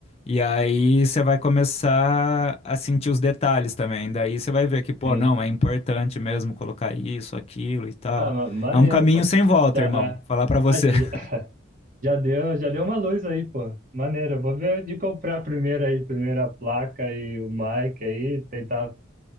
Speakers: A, on the left (about 30°); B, on the right (about 40°).
A: E aí você vai começar a sentir os detalhes também. Daí você vai ver que, pô,
B: sim.
A: não, é importante mesmo colocar isso, aquilo e tal.
B: Ah, ma- maneiro,
A: É um caminho
B: pô.
A: sem volta,
B: Já,
A: irmão.
B: é.
A: Falar pra você.
B: Ah, já,
A: <laughs>
B: já, <laughs> já deu, já deu uma luz aí, pô. Maneiro. Eu vou ver de comprar primeiro aí, primeiro a placa e o mic aí, tentar